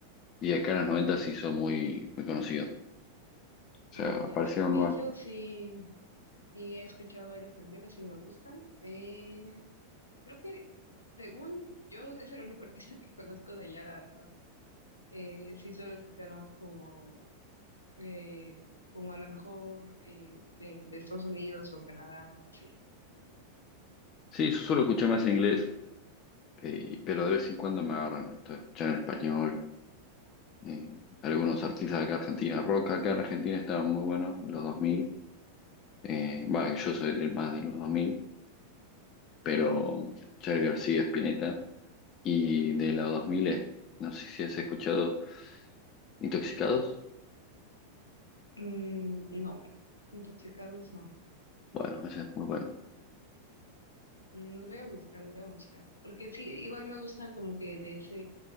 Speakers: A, on the left; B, on the left.
A: y acá en los 90 se hizo muy, muy conocido. O sea,
B: Ah, ya,
A: aparecieron
B: sí. De
A: nuevas.
B: hecho, sí, sí he escuchado varias canciones y me gustan. Eh, creo que, según yo, es el único artista que conozco de allá, la verdad. Eh, sí suelo escuchar más como eh, como a lo mejor eh, de, de Estados Unidos o Canadá o así.
A: Sí, yo suelo escuchar más en inglés, eh, pero de vez en cuando me agarran esto de escuchar en español eh, algunos artistas de acá de Argentina, rock acá en Argentina estaban muy buenos en los 2000, eh, bah, yo soy del más de los 2000 pero Charly García, Spinetta, y de los 2000, es- no sé si has escuchado Intoxicados,
B: Mm, no, intoxicados no.
A: bueno, ese es muy bueno.
B: Mm, Los voy a buscar, los voy a buscar. Porque sí, igual me gusta como que de ese,